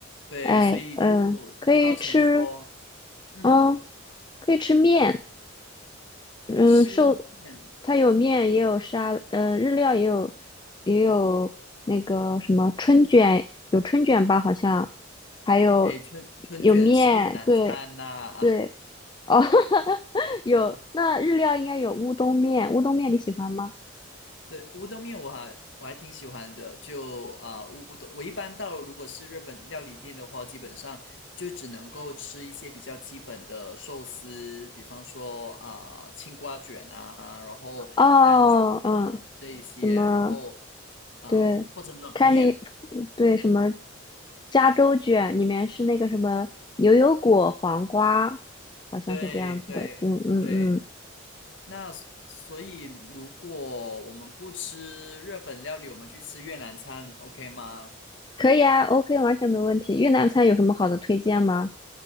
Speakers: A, on the left; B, on the left.
A: 对，
B: 哎，
A: 所以就造成说，
B: 嗯，可以吃，
A: 嗯，
B: 嗯，可以吃面。嗯，
A: 吃面，
B: 寿，它有面，也有沙，嗯，日料也有，也有那个什么春卷，有春卷吧，好像，还有
A: 诶，春春卷是越南餐呐、
B: 有面，对对，哦，<laughs> 有，
A: <laughs>
B: 那日料应该有乌冬面，乌冬面你喜欢吗？
A: 对，乌冬面我还我还挺喜欢的，就啊、乌冬，我一般到如果是日本料理店的话，基本上就只能够吃一些比较基本的寿司，比方说啊、青瓜卷啊，然后蛋卷啊这一些，
B: 哦，嗯，什么，
A: 然后啊、
B: 对，
A: 或者冷面，
B: 看你，对，什么加州卷，里面是那个什么牛油果、黄瓜，好像是这样子的，
A: 对对对，
B: 嗯嗯嗯。
A: 那所所以如果我们不吃日本料理，我们去吃越南餐，OK 吗？
B: 可以啊，OK，完全没问题。越南菜有什么好的推荐吗？